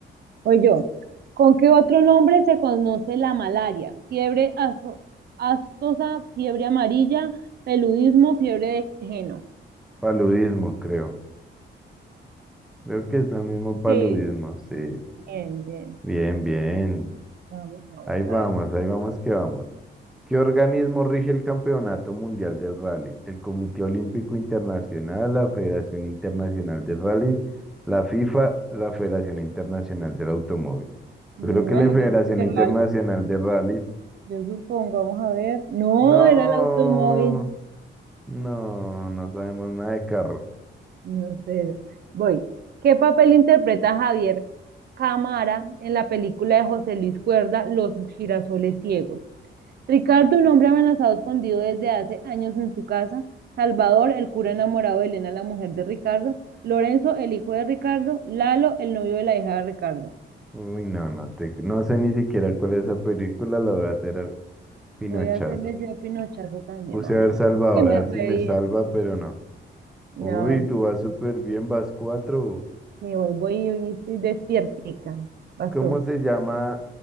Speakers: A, on the right; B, in the centre.
A: O yo. ¿Con qué otro nombre se conoce la malaria? Fiebre aso- astosa, fiebre amarilla, peludismo, fiebre de geno.
B: paludismo, creo. Creo que es lo mismo paludismo,
A: Sí,
B: sí.
A: bien, bien.
B: Bien, bien.
A: Vamos, vamos
B: Ahí vamos,
A: a ver.
B: ahí vamos que vamos. ¿Qué organismo rige el Campeonato Mundial del Rally? El Comité Olímpico Internacional, la Federación Internacional de Rally, la FIFA, la Federación Internacional del Automóvil.
A: Yo
B: Creo
A: me
B: que la Federación
A: imagino que
B: Internacional
A: vale.
B: de Rallys.
A: Yo supongo, vamos a ver. No,
B: No,
A: era el automóvil.
B: no, no sabemos nada de carros.
A: No sé. Voy. ¿Qué papel interpreta Javier Camara en la película de José Luis Cuerda, Los girasoles ciegos? Ricardo, un hombre amenazado escondido desde hace años en su casa, Salvador, el cura enamorado de Elena, la mujer de Ricardo, Lorenzo, el hijo de Ricardo, Lalo, el novio de la hija de Ricardo.
B: Uy, no, no te, no sé ni siquiera cuál es esa película, la voy a hacer al pinochazo.
A: Voy a hacerles yo el pinochazo también,
B: Puse
A: vamos
B: a ver
A: a
B: Salvador,
A: ver. Uy, me
B: a ver
A: fue
B: si me
A: bien.
B: salva, pero no.
A: No,
B: Uy,
A: a ver,
B: tú vas súper bien, vas cuatro.
A: sí, voy, voy y estoy despiertica. Vas
B: ¿Cómo
A: tú.
B: se llama